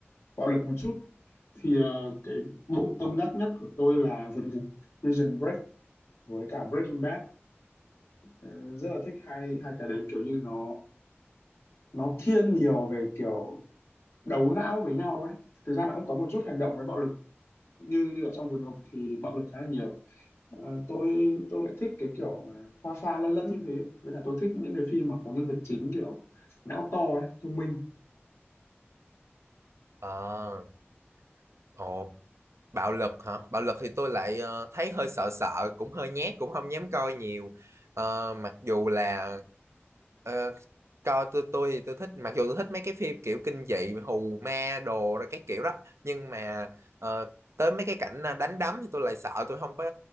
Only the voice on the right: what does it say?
ờ ồ. Bạo lực hả? Bạo lực thì tôi lại ờ, thấy hơi sợ sợ, cũng hơi nhát, cũng không dám coi nhiều. Ờ, mặc dù là ờ, coi tôi tôi thì tôi thích, mặc dù tôi thích mấy cái phim kiểu kinh dị, hù ma đồ rồi cái kiểu đó, nhưng mà ờ, tới mấy cái cảnh ờ, đánh đấm thì tôi lại sợ, tôi không có